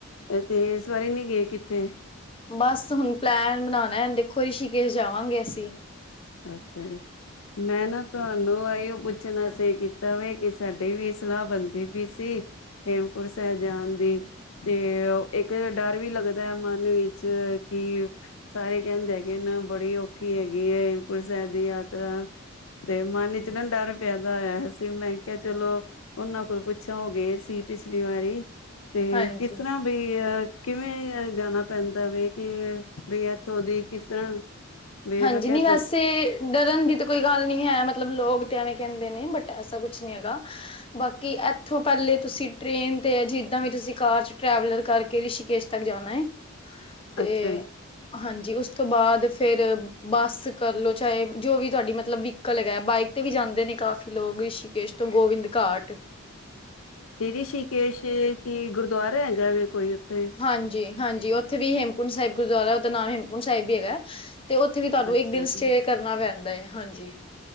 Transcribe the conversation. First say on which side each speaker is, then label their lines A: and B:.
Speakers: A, on the left; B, on the left.
A: ਤੇ ਸਵਾਰੀ ਨੀ ਗ ਕਿੱਥੇ
B: ਬਸ ਹੁਨ ਪਲੈਨ ਬਨਾਨਾਂ ਦੇਖੋ ਰਿਸ਼ੀਕੇਸ਼ ਜਾਵਾਂਗੇ ਅਸੀ।
A: ਅੱਛਾ ਜੀ ਮੈਂ ਨਾ ਤੁਹਾਨੂੰ ਆਇਯੋ ਪੁੱਛਣਾ ਸੀ ਕੀਤਾ ਵੇ ਕਿ ਸਾਡੀ ਵੀ ਸਲਾਹ ਬੰਦੀ ਪੀ ਸੀ ਹੇਮਕੁੰਟ ਸਾਹਿਬ ਜਾਣ ਦੀ। ਤੇ ਇੱਕ ਡਰ ਵੀ ਲੱਗਦਾ ਐ ਮਨ ਵਿੱਚ ਕੀ ਸਾਰੇ ਕਹਿੰਦ ਹੈਗੇ ਨਾ ਬੜੀ ਔਖੀ ਹੈਗੀ ਐ ਹੇਮਕੁੰਟ ਸਾਹਿਬ ਦੀ ਯਾਤਰਾ ਤੇ ਮਨ ਵਿਚ ਨਾ ਡਰ ਪੈਦਾ ਹੋਇਆ ਸੀ। ਮੈਂ ਕਿਹਾ ਚਲੋ ਉਹਨਾਂ ਕੋਲ ਪੁੱਛਾਂ ਓਗੇਏ ਸੀ ਪਿਛਲੀ ਵਾਰੀ ਤੇ
B: ਹਾਂਜੀ
A: ਕਿਸ ਤਰ੍ਹਾਂ ਬੀ ਅ ਕਿਵੇਂ ਅ ਜਾਣਾ ਪੈਂਦਾ ਵੇ ਕਿ ਬੀ ਇੱਥੋਂ ਦੀ ਕਿਸ ਤਰ੍ਹਾਂ ਵੇ
B: ਹਾਂਜੀ
A: ਮੈਂ ਕਿਹ
B: ਨਹੀਂ ਵੈਸੇ ਡਰਨ ਦੀ ਤਾਂ ਕੋਈ ਗੱਲ ਨੀ ਹੈ ਮਤਲਬ ਲੋਕ ਤੇ ਐਵੇਂ ਕਹਿੰਦੇ ਨੇ ਬਟ ਐਸਾ ਕੁਛ ਨੀ ਹੈਗਾ ਬਾਕੀ ਇੱਥੋਂ ਪਹਿਲੇ ਤੁਸੀਂ ਟ੍ਰੇਨ ਤੇ ਅ ਜੀ ਜੱਦਾਂ ਵੀ ਤੁਸੀਂ ਕਾਰ ਚ ਟਰੈਵਲਰ ਕਰਕੇ ਰਿਸ਼ੀਕੇਸ਼ ਤੱਕ ਜਾਨਾ ਏ ਤੇ
A: ਅੱਛਾ
B: ਹਾਂਜੀ ਉਸ ਤੋਂ ਬਾਅਦ ਫੇਰ ਬੱਸ ਕਰ ਲੋ ਚਾਹੇ ਜੋ ਵੀ ਤੁਹਾਡੀ ਮਤਲਬ ਵਹੀਕਲ ਹੈਗੇ ਬਾਈਕ ਤੇ ਵੀ ਜਾਂਦੇ ਨੇ ਕਾਫ਼ੀ ਲੋਕ ਰਿਸ਼ੀਕੇਸ਼ ਗੋਬਿੰਦ ਘਾਟ,
A: ਤੇ ਰਿਸ਼ੀਕੇਸ਼ ਕੀ ਗੁਰਦੁਆਰਾ ਹੈਗਾ ਵੇ ਕੋਈ ਉੱਥੇ?
B: ਹਾਂਜੀ ਹਾਂਜੀ ਉੱਥੇ ਵੀ ਹੇਮਕੁੰਟ ਸਾਹਿਬ ਗੁਰਦੁਆਰਾ ਉਹਦਾ ਨਾ ਹੇਮਕੁੰਟ ਸਾਹਿਬ ਵੀ ਹੈਗਾ ਹੈ। ਤੇ ਉੱਥੇ ਵੀ ਤੁਹਾਨੂੰ
A: ਅੱਛਾ
B: ਇੱਕ ਦਿਨ
A: ਜੀ
B: ਸਟੇਅ ਕਰਨਾ ਪੈਂਦਾ ਹੈ ਹਾਂਜੀ